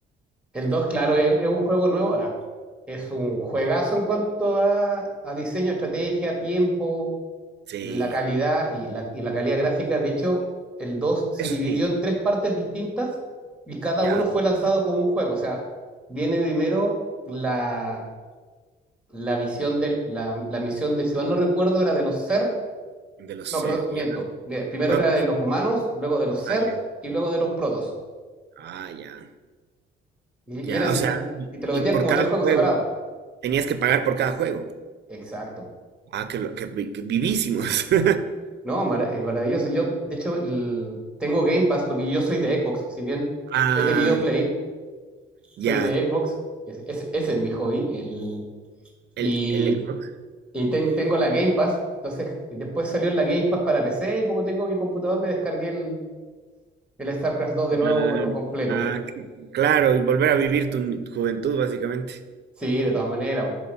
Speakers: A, in the centre; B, on the right (about 60°).
A: El 2, claro, es, es un juego nuevo. Ahora, es un juegazo en cuanto a, a diseño, estrategia, tiempo,
B: Sí,
A: la calidad y la, y la calidad gráfica. De hecho, el 2 se
B: eso
A: dividió
B: sí,
A: en tres partes distintas y cada
B: ya.
A: uno fue lanzado como un juego. O sea, viene primero la, la visión de la, la misión de, si mal no recuerdo, era de los Zerg.
B: De los
A: No,
B: Zerg,
A: perdón, miento.
B: ya.
A: Mira, primero
B: Protoss.
A: era de los humanos, luego de los Zerg
B: Ah, ya.
A: y luego de los protos.
B: Ah, ya.
A: Y,
B: Ya,
A: y eran,
B: o sea, y,
A: y te lo
B: y
A: vendían
B: por
A: como
B: cada
A: tres juegos
B: juego
A: separados.
B: tenías que pagar por cada juego.
A: Exacto.
B: Ah, que, lo- que, vi- que vivísimos. <laughs>
A: No, mara- es maravilloso. Yo, de hecho, el- tengo Game Pass porque yo soy de Xbox. Si bien
B: Ah,
A: he tenido Play, soy
B: ya.
A: de Xbox. Es, es- ese es mi hobby. El,
B: El,
A: y
B: el Xbox.
A: y ten- tengo la Game Pass. Entonces, después salió la Game Pass para PC y como tengo mi computador, me descargué el, el StarCraft 2 de nuevo,
B: Ah,
A: pero completo.
B: ah, c- claro, y volver a vivir tu ni- juventud, básicamente.
A: Sí, de todas maneras.